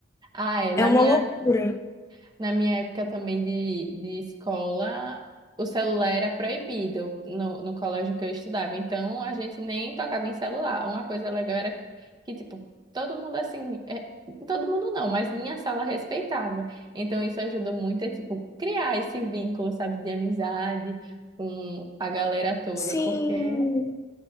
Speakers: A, on the right; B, on the left.
A: Ah, é. Na
B: é uma
A: minha,
B: loucura.
A: na minha época também de, de escola, o celular era proibido no, no colégio que eu estudava. Então, a gente nem tocava em celular. Uma coisa legal era que, tipo, todo mundo assim. é, todo mundo não, mas minha sala respeitava. Então, isso ajudou muito a, tipo, criar esse vínculo, sabe, de amizade com a galera toda,
B: Sim,
A: porque